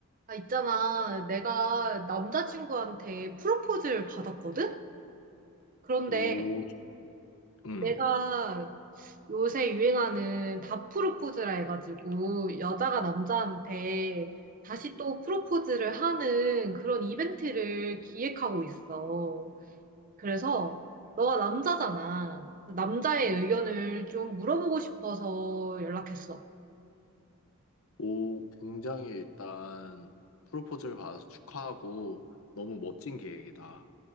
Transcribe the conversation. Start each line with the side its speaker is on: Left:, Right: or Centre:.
Right: 아, 있잖아. 내가 남자친구한테 프로포즈를 받았거든? 그런데
Left: 오, 음,
Right: 내가 요새 유행하는 다 프로포즈라 해가지고 여자가 남자한테 다시 또 프로포즈를 하는 그런 이벤트를 기획하고 있어. 그래서 너가 남자잖아. 남자의 의견을 좀 물어보고 싶어서 연락했어.
Left: 오, 굉장히 일단 프로포즈를 받아서 축하하고 너무 멋진 계획이다.